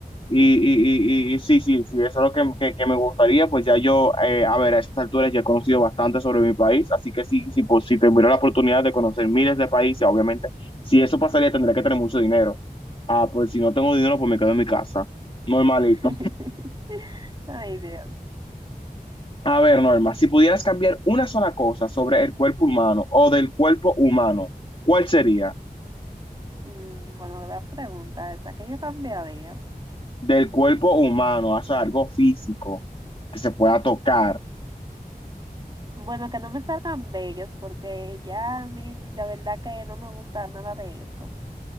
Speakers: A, on the left; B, on the right.
A: Y, y, y, y- y sí, sí, sí, eso es lo que, que- que me gustaría. Pues ya yo, eh, a ver, a estas alturas ya he conocido bastante sobre mi país. Así que sí, sí, pues, si tuviera la oportunidad de conocer miles de países, obviamente, si eso pasaría, tendría que tener mucho dinero. Ah, pues si no tengo dinero, pues me quedo en mi casa. Normalito.
B: <laughs> Ay, Dios.
A: A ver, Norma, si pudieras cambiar una sola cosa sobre el cuerpo humano o del cuerpo humano, ¿cuál sería?
B: Mm, bueno, gran pregunta esa, que yo cambiaría?
A: del cuerpo humano, o sea, algo físico que se pueda tocar.
B: Bueno, que no me salgan bellos porque ya a mí la verdad que no me gusta nada de eso.